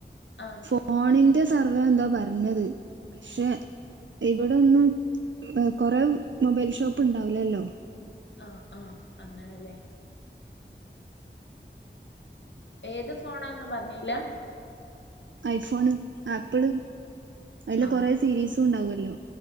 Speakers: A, on the left (about 75°); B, on the right (about 80°).
A: ആഹ്
B: ഫോ ഫോണിന്റെ സർവേ എന്താ പറഞ്ഞത്, പക്ഷെ. ഇവിടെയെന്നും കൊറെ മൊബൈൽ ഷോപ്പ് ഉണ്ടാവില്ലല്ലോ.
A: ആഹ് ആഹ് അങ്ങനെല്ലേ. ഏത് ഫോണാന്നും പറഞ്ഞില്ല.
B: ഐഫോണ് ആപ്പിള് അതില്
A: ആഹ്
B: കൊറ സീരീസ് ഉണ്ടാവുല്ലോ